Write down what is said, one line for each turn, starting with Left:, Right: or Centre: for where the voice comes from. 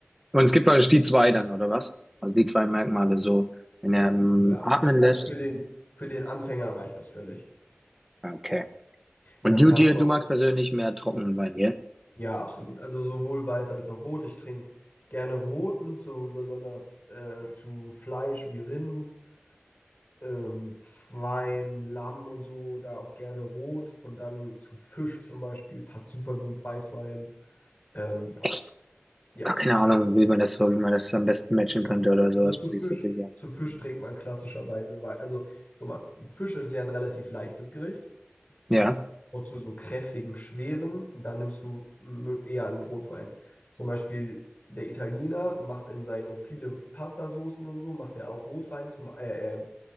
Centre: Und es gibt praktisch die zwei dann, oder was? Also die zwei Merkmale so, wenn er ähm,
Left: Ja.
Centre: atmen
Left: Also
Centre: lässt.
Left: für den, für den Anfänger reicht das völlig.
Centre: Ah, Okay. Und
Left: Dann
Centre: du,
Left: kannst
Centre: dir,
Left: du
Centre: du magst persönlich mehr trockenen Wein, gell?
Left: Ja, absolut. Also sowohl weiß als auch rot. Ich trinke gerne roten, zu besonders äh, zu Fleisch wie Rind, ähm, Schwein, Lamm und so, da auch gerne rot. Und dann zu Fisch zum Beispiel passt super gut Weißwein. Ähm, ja,
Centre: Echt?
Left: ja.
Centre: Gar keine Ahnung, wie man das so, wie man das am besten matchen könnte oder sowas,
Left: Also zu
Centre: muss
Left: Fisch,
Centre: ich tatsächlich sagen.
Left: zu Fisch trinkt man klassischerweise Wei- Also, so mal, Fisch ist ja ein relativ leichtes Gericht.
Centre: Ja.
Left: Und zu so kräftigen, schweren, dann nimmst du mö- eher einen Rotwein. Zum Beispiel der Italiener macht in seine viele Pastasoßen und so, macht er auch Rotwein zum, äh, äh,